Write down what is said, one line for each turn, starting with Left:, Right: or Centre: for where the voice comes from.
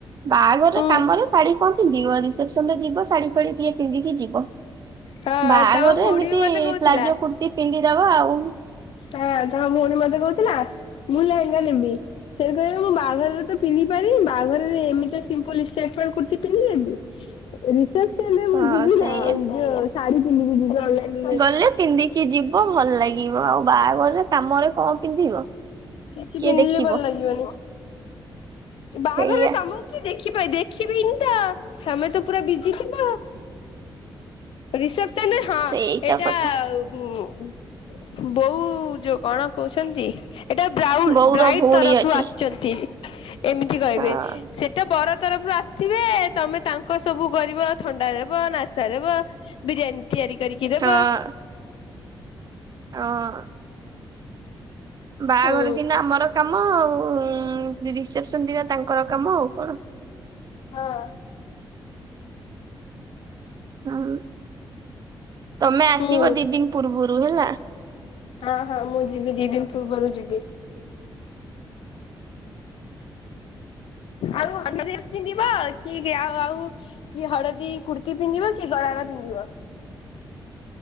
Right: ବାହାଘର
Left: ହୁଁ
Right: ରେ କାମରେ ଶାଢୀ କଣ ପିନ୍ଧିବ ରିସେପ୍ସନ ରେ ଯିବ ଶାଢୀ ଫାଡି ଟିକେ ପିନ୍ଧିକି ଯିବ।
Left: ହଁ
Right: ବାହାଘରରେ
Left: ତମ ଭଉଣୀ
Right: ଏମିତି
Left: ବି ମତେ କହୁଥିଲା
Right: ପ୍ଲାଜୋ କୁର୍ତ୍ତି ପିନ୍ଧିଦବା ଆଉ।
Left: ହଁ ତମ ଭଉଣୀ ମତେ କହୁଥିଲା ମୁଁ ଲେହେଙ୍ଗା ନେବି। ସେ କହିବେ ମୁଁ ବାଆଘରରେ ତ ପିନ୍ଧି ପାରିନି ବାହାଘରରେ ଏମିତିି ସିମ୍ପୁଲ ଷ୍ଟେଟ ପ୍ୟାଣ୍ଟ କୁର୍ତ୍ତି ପିନ୍ଧିଲେମି। ରିସେପ୍ସନ ରେ ମୁଁ
Right: ହଁ
Left: ଯିବି
Right: ସେଇଆ।
Left: ନା ଯୋଉ ଶାଢୀ ପିନ୍ଧିକି ଯିବି ଅନଲାଇନରେ।
Right: ଲେ ପିନ୍ଧିକି ଯିବ ଭଲ ଲାଗିବ ଆଉ ବାହାଘରରେ କାମରେ କଣ ପିନ୍ଧିବ।
Left: କିଛି
Right: କିଏ
Left: ପିନ୍ଧିଲେ
Right: ଦେଖିବ
Left: ଭଲ ଲାଗିବନି। ବାହାଘର
Right: ସେଇଆ
Left: ରେ ତମୁକୁ କିଏ ଦେଖି ପାଇ ଦେଖିବିିନି ତ ତମେ ତ ପୁରା ବିଜି ଥିବ। ରିସେପ୍ସନ ରେ ହଁ
Right: ସେଇଟା
Left: ଏଇଟା
Right: କଥା।
Left: ଉଁ ବୋଉ ଯୋଉ କଣ କହୁଛନ୍ତି ଏଇଟା ବ୍ରାଉ-ବ୍ରାଇଟ୍
Right: ବୋଉର ଭଉଣୀ
Left: ତରଫରୁ
Right: ଅଛି
Left: ଆସିଚନ୍ତି। ଏମିତି କହିବେ
Right: ହଁ
Left: ସେ ତ ବର ତରଫରୁ ଆସ୍ ସିବେ ତମେ ତାଙ୍କ ସବୁ କରିବ ଥଣ୍ଡା ଦେବ ନାସ୍ତା ଦେବ ବିରିୟାନୀ ତିଆରି କରିକି ଦେବ।
Right: ହଁ ହଁ। ବାହାଘର
Left: ହୁଁ
Right: ଦିନ ଆମର କାମ ଆଉ ଉଁ ରିସେପ୍ସନ ଦିନ ତାଙ୍କର କାମ ଆଉ କଣ।
Left: ହଁ।
Right: ହୁଁ ହୁଁ ତମେ ଆସିବ
Left: ହୁଁ
Right: ଦି ଦିନ୍ ପୂର୍ବରୁ ହେଲା।
Left: ହଁ ହଁ ମୁଁ ଯିବି ଦି ଦିନ୍ ପୂର୍ବରୁ ଯିବି। ଆଉ <inaudible> ପିନ୍ଧିବ କି ଆଉ ଆଉ କି ହଳଦୀ କୁର୍ତ୍ତି ପିନ୍ଧିବ କି ଗଳାର ପିନ୍ଧିବ?